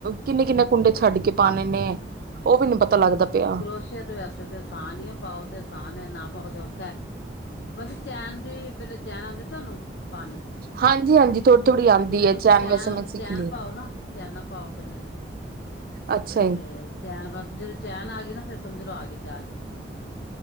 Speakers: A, on the right; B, on the left.
A: ਕਿੰਨੇ ਕਿੰਨੇ ਕੁੰਡੇ ਛੱਡ ਕੇ ਪਾਉਣੇ ਨੇ, ਉਹ ਵੀ ਨਹੀਂ ਪਤਾ ਲੱਗਦਾ ਪਿਆ।
B: ਕਰੋਸੀਆ ਤੇ ਵੈਸੇ ਤੇ ਆਸਾਨ ਹੀ ਹੈ, ਪਾਓ ਤੇ ਆਸਾਨ, ਨਾ ਪਾਓ ਤੋਂ ਔਖਾ ਹੈ। ਬਸ ਚੈਨ ਦੀ ਪਹਿਲਾਂ, ਚੈਨ ਆਉਂਦੇ ਤੁਹਾਨੂੰ ਪਾਣੀ
A: ਹਾਂਜੀ ਹਾਂਜੀ ਥੋੜ੍ਹੀ ਥੋੜ੍ਹੀ ਆਉਂਦੀ
B: ਪਹਿਲੇ
A: ਹੈ
B: ਤੁਸੀਂ ਚੈਨ,
A: ਵੈਸੇ ਮੈਂ ਸਿੱਖ
B: ਚੈਨ
A: ਲਈ
B: ਪਾਓ ਨਾ, ਚੈਨਾ ਪਾਓ ਪਹਿਲੇ
A: ਅੱਛਾ
B: ਤੇ ਚੈਨ ਬਸ ਜਦੋਂ ਚੈਨ ਆ ਗਈ ਨਾ, ਫਿਰ ਸਮਝ ਲੋ ਆ ਗ ਜਾਚ।